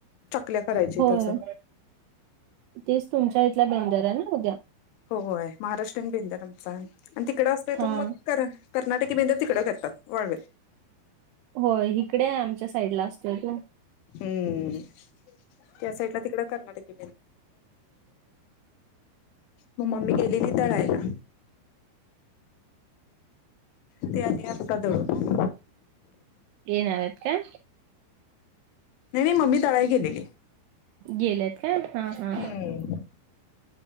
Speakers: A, on the left (about 90°); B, on the right (about 85°).
A: चकल्या करायच्या
B: होय
A: आहेत अजून
B: तेच तुमच्या इथला बेंदर आहे ना उद्या.
A: होय महाराष्ट्र आणि बेदुंर आमचा आणि तिकड असतोय
B: हा.
A: तो मग कर.. कर्नाटकी बेंद तिकड करतात, वाळवे
B: होय, इकडे आम्हच्या साईड असतोय ना.
A: हम्म.. त्या साईड ला तिकड कर्नाटक मम्मी मी गेलेली दळायला. ती आली आता दळून
B: येणार आहेत का?
A: नाही, नाही मम्मी दळायला गेलेली.
B: गेलेत का? हा.. हा.
A: हम्म